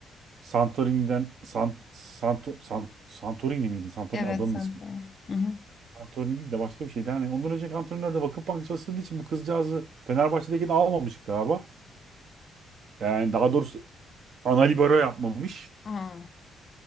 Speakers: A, on the right; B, on the left.
A: Santorini'den San, Santo, San- Santorini miydi? Santorini
B: Evet
A: adamın
B: sen
A: ismi.
B: söyle. Hı hı.
A: Santorini değil de başka bir şeydi. Yani ondan önceki antrenör de Vakıfbank'ı çalıştırdığı için bu kızcağızı Fenerbahçe'deki de almamış galiba. Yani daha doğrusu ana libero yapmamış.
B: Hı.